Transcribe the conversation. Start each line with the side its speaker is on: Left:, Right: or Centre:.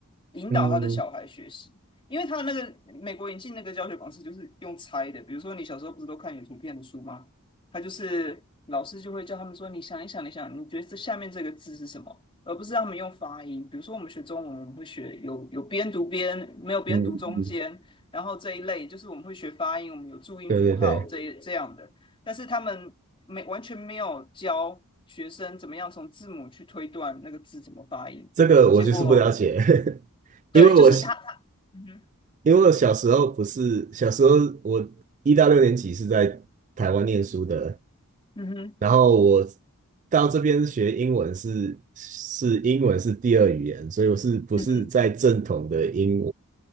Left: 引导他的小孩学习。
Right: 嗯
Left: 因为他那个美国引进那个教学方式就是用猜的，比如说你小时候不是都看有图片的书吗？他就是老师就会叫他们说，你想一想，你想，你觉得这下面这个字是什么？而不是让他们用发音。比如说我们学中文，我们会学有有边读边，没有边读中间，
Right: 嗯，嗯
Left: 然后这一类就是我们会学发音，我们有注音符号这一这样的。
Right: 对对对，
Left: 但是他们没完全没有教学生怎么样从字母去推断那个字怎么发音。
Right: 这个我就是不了解，
Left: 结果对，
Right: <laughs> 因为我
Left: 就是他他嗯哼
Right: 因为我小时候不是小时候我一到六年级是在台湾念书的，
Left: 嗯哼
Right: 然后我到这边学英文是是英文是第二语言，所以我是不是在正统的英
Left: 嗯哼，